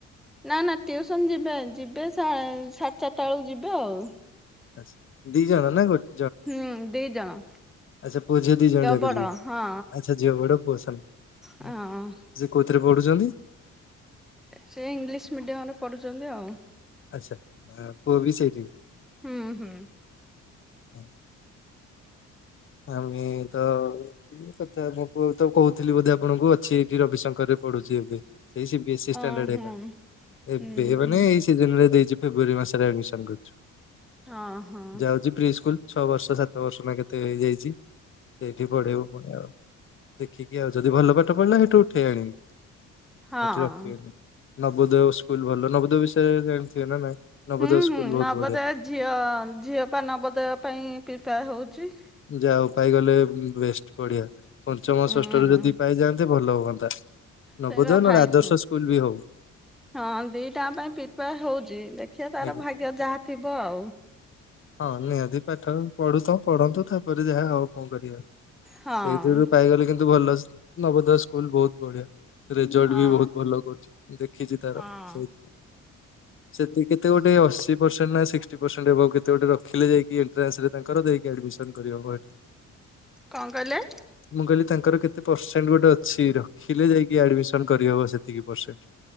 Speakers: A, in the centre; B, on the left.
A: ନା ନା ଟିଉସନ ଯିବେ ଯିବେ ସାଢ଼େ ଚାରିଟା ବେଳକୁ ଯିବେ ଆଉ
B: ଆ ଦି ଜଣ ନା ଗୋଟେ
A: ହୁଁ ଦିଇ ଜଣ।
B: ଆଛା ପୁଅ ଝିଅ ଦି ଜଣ ଯାଗ
A: ବଡ
B: ଯିବେ
A: ହଁ
B: ଆଛା ଝିଅ ବଡ ପୁଅ ସାନ
A: ହଁ
B: <unintelligible> କେଉଁଥିରେ ପଢୁଛନ୍ତି?
A: ସେ ଇଂଲିଶ ମିଡିୟମ ରେ ପଢୁଛନ୍ତି ଆଉ
B: ଆଛା ଓ ପୁଅ ବି ସେଇଠି?
A: ହୁଁ ହୁଁ।
B: ହୁଁ <inaudible> ଆମେ ତ ଇ କଥା ମୁଁ ତ କହୁଥିଲି ବୋଧେ ଆପଣଙ୍କୁ ଅଛି ଏଠି ରବିଶଙ୍କର ରେ ପଡୁଛି। ବିଜେପି ଏଇ ସିବିଏସ୍ଇ ଷ୍ଟାଣ୍ଡାର୍ଡ
A: ଅ ହଁ
B: <unintelligible>
A: ହୁଁ ହୁଁ
B: ମାନେ ଏଇି ସିଜିନ୍ ରେ ଦେଇଛି। ଫେବୃୟାରୀ ମାସରେ ଆଡ୍ମମିଶନ୍ କରୁଛି
A: ହଁ ହଁ
B: ଯାଉଛି ପ୍ରି ସ୍କୁଲ ଛଅ ବର୍ଷ ସାତ ବର୍ଷ ନା କେତେ ହେଇଯାଇଛି ସେଇଠି ପଢେଇବୁ ପୁଣି ଆଉ ଦେଖିକି ଆଉ ଯଦି ଭଲ ପାଠ ପଢିଲା ସେଇଠୁ ଉଠେଇ ଆଣିବି
A: ହଁ
B: ସେଠି
A: ହଁ।
B: ରଖିବେନି ନବୋଦୟ ସ୍କୁଲ ଭଲ ନବୋଦୟ ବିଷୟରେ ଜାଣିଥିବେ ନା ନାଇଁ ନବୋଦୟ
A: ହୁଁ
B: ସ୍କୁଲ
A: ହୁଁ
B: ବହୁତ
A: ନବଦୋୟ
B: ବଢିଆ
A: ଝିଅ ଝିଅ ପା ନବଦୋୟ ପାଇଁ ପ୍ରିପାୟାର୍ ହଉଛି।
B: ଯାା ହଉ ପାଇଗଲେ ବେଷ୍ଟ ବଢିଆ ପଞ୍ଚମ
A: ହୁଁ
B: ଷଷ୍ଠରେ ଯଦି ପାଇଯାଆନ୍ତେ ଭଲ ହୁଅନ୍ତା। ନବୋଦନ
A: ସେ ବା
B: ନ
A: ଫାଇଭ୍
B: ହେଲେ ଆଦର୍ଶ ସ୍କୁଲ ବି ହଉ।
A: ହଁ ଦିଟାଙ୍କ ପାଇଁ ପପ୍ରିପାୟାର୍ ହଉଛି ଦେଖିବା ତାର
B: ଆଜ୍ଞା
A: ଭାଗ୍ୟ ଯାହା ଥିବ ଆଉ।
B: ହଁ ନିହାତି ପାଠ <unintelligible> ପଢୁଥାଉ ପଢନ୍ତୁ ତାପରେ ଯାହା ଆଉ କଣ କରିବା
A: ହଁ
B: ସେଇଥିରୁ ପାଇଗଲେ କିନ୍ତୁ ଭଲ ନବୋଦୟ ସ୍କୁଲ ବହୁତ ବଢିଆ ରେଜଲର୍ଟ
A: ହଁ
B: ବି ବହୁତ ଭଲ କରୁଛି ଦେଖିଛି ତାର
A: ହଁ।
B: ସେଇଥିପାଇଁ ସେତିକି କେତେ ଗୋଟେ ଅ <unintelligible> ପର୍ସେଣ୍ଟ୍ ନା ସିକ୍ସଟି ପର୍ସେଣ୍ଟ ଏବଭ୍ କେତେ ଗୋଟେ ରଖିଲେ ଯାଇଁକି ଏଣ୍ଟ୍ରାନ୍ସ୍ ରେ ତାଙ୍କର ଯାଇଁକି ଆଡମିସନ କରି ହବ ଏଠି <unintelligible>
A: କଣ କହିଲେ?
B: ମୁଁ କହିଲି ତାଙ୍କର କେତେ ପରସେଣ୍ଟ ଗୋଟେ ଅଛି ରଖିଲେ ଯାଇକି ଆଡମିସନ କରିହବ ସେତିକି ପରସେଣ୍ଟ